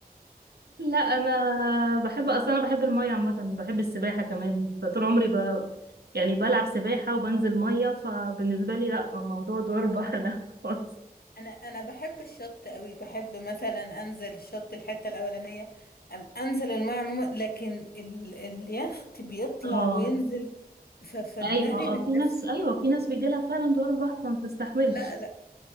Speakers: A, on the right; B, on the left.
A: لا انا بحب اصلا انا بحب الميه عامه بحب السباحه كمان فطول عمري ب... يعني بلعب سباحه وبنزل ميه فبالنسبه لي لا موضوع دوار البحر لا خالص
B: انا انا بحب الشط قوي بحب مثلا انزل الشط الحته الاولانيه أم- انزل الميه عموما لكن ال... اليخت بيطلع
A: اه
B: وينزل ف... فدماغي
A: ايوه اه
B: بتلف
A: في ناس ايوه في ناس بيجيلها فعلا دوار البحر فما بتستحملش
B: لا لا